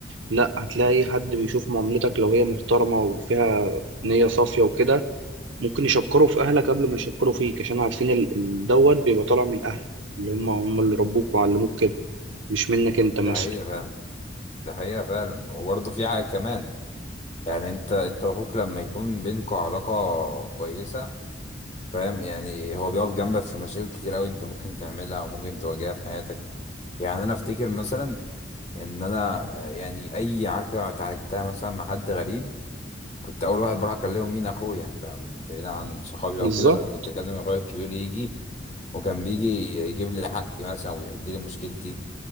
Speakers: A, on the right (about 80°); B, on the left (about 35°).
A: لا هتلاقي حد بيشوف معاملتك لو هي محترمة وفيها نية صافية وكده ممكن يشكروا في اهلك قبل ما يشكروا فيك عشان عارفين ال- ال- دوت بيبقى طالع من اهلك اللي هم هم اللي ربوك وعلموك كده مش منك انت مثلا
B: ده حقيقه فعلا ده حقيقه فعلا وبرضو في حاجه كمان يعني انت انت واخوك لما يكون بينكوا علاقه كويسه فاهم يعني هو بيقف جنبك في مشاكل كتير قوي انت ممكن تعملها وممكن تواجهها في حياتك يعني انا افتكر مثلا ان انا آه، يعني اي عركه اتعاركتها مثلا مع حد غريب كنت اول واحد بروح اكلمهم مين اخويا فبعيد عن صحابي
A: بالظبط
B: او كده لا كنت اكلم اخويا الكبير يجي وكان بيجي يجيب لي حقي مثلا ويحل لي مشكلتي